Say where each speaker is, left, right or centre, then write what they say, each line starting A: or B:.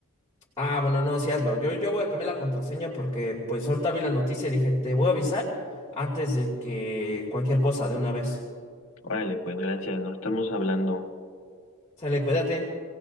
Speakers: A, on the left; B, on the left.
A: Ah, bueno, no, sí hazlo. Yo, yo voy a cambiar la contraseña porque, pues, ahorita vi la noticia y dije, te voy a avisar antes de que cualquier cosa de una vez.
B: Órale, pues gracias, nos estamos hablando.
A: Sale, cuídate.